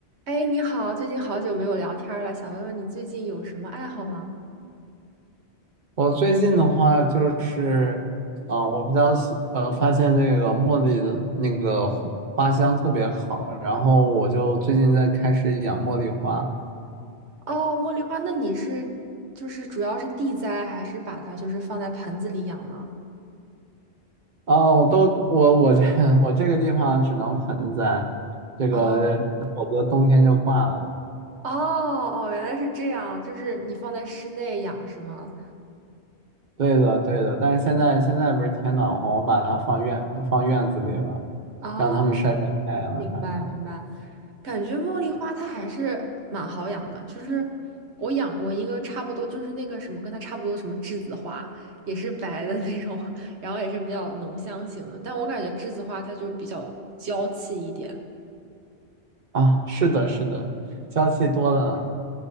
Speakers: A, on the right; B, on the right.
A: 哎，你好，最近好久没有聊天儿了，想问问你最近有什么爱好吗？
B: 我最近的话就是，啊、我比较喜呃，发现这个茉莉的那个花香特别好，然后我就最近在开始养茉莉花。
A: 哦，茉莉花，那你是就是主要是地栽，还是把它就是放在盆子里养呢？
B: 哦，我都我我这 <laughs> 我这个地方只能盆栽，这个否则冬天就挂了。
A: 哦哦哦，原来是这样，就是你放在室内养是吗？
B: 对的，对的，但是现在现在不是天暖和，我把它放院放院子里了，
A: 哦，
B: 让它们晒晒太阳啥的。
A: 明白明白。感觉茉莉花它还是蛮好养的，就是我养过一个差不多，就是那个什么跟它差不多的什么栀子花，也是白的那种，然后也是比较浓香型的，但我感觉栀子花它就比较娇气一点。
B: 啊，是的，是的，娇气多了。